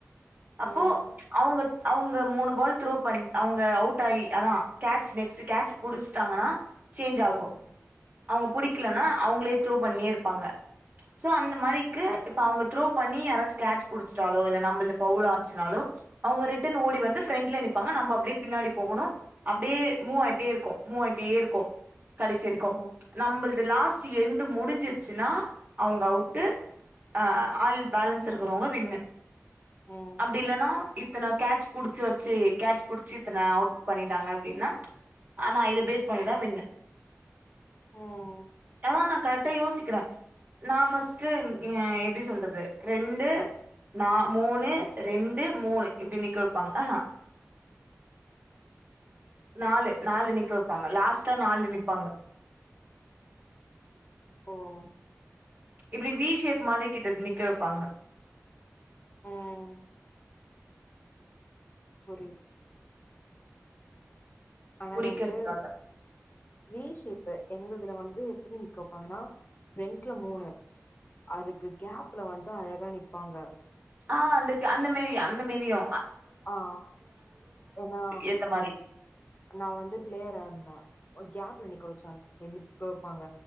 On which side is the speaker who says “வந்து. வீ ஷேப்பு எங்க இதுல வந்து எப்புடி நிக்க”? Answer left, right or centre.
Left